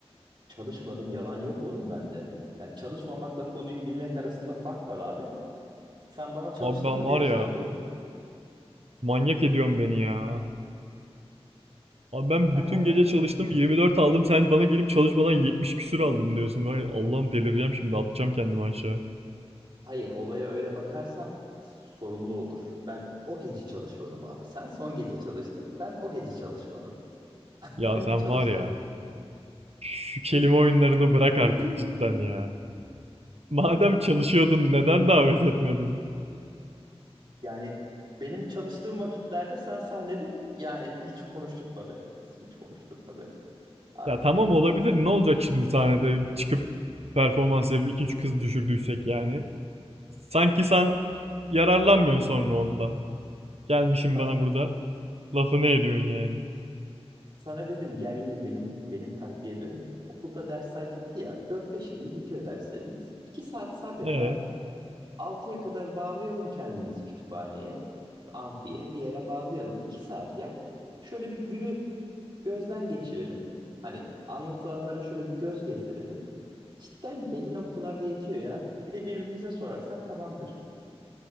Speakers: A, on the right (about 45°); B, on the right (about 70°).
A: Çalışmadım yalan yok oğlum bende. Yani çalışmamakla konuyu bilmek arasında fark var abi. Sen bana çalıştın
B: Abi ben
A: mı
B: var
A: diye
B: ya
A: sordun.
B: manyak ediyorsun beni ya. Abi ben
A: Sen
B: bütün
A: bana
B: gece çalıştım 24 aldım. Sen bana gelip çalışmadan 70 küsür aldım diyorsun. Ben Allah'ım delireceğim şimdi atacağım kendimi aşağı.
A: hayır olaya öyle bakarsan sorumlu olur. Ben o gece çalışmadım abi. Sen son gece çalıştın. Ben o gece çalışmadım.
B: Ya
A: <laughs>
B: sen
A: Çalış.
B: var ya şu kelime oyunlarını bırak
A: <laughs>
B: artık cidden ya. Madem çalışıyordun neden davet etmedin?
A: Yani benim çalıştığım vakitlerde sen sahnede yani hiç konuşturtma beni. Hiç konuşturtma beni. Abi
B: Ya tamam olabilir.
A: bak
B: Ne olacak şimdi sahnede çıkıp performans yapıp iki üç kız düşürdüysek yani. Sanki sen yararlanmıyorsun sonra ondan. Gelmişim
A: bak
B: bana burada lafını ediyorsun yani.
A: sana dedim gel yine benim benim taktiğe dönelim. Okulda dersler bitti ya. dört beş gibi bitiyor derslerimiz. 2 saat sabret
B: Ee,
A: abi. altıya kadar bağlayalım kendimizi kütüphaneye, amfiye bir yere bağlayalım. 2 saat ya. Şöyle bir günü gözden geçirelim. Hani anlatılanlara şöyle bir göz gezdirelim. Cidden belli noktalarda yetiyor ya. Bir de birbirimize sorarsak tamamdır.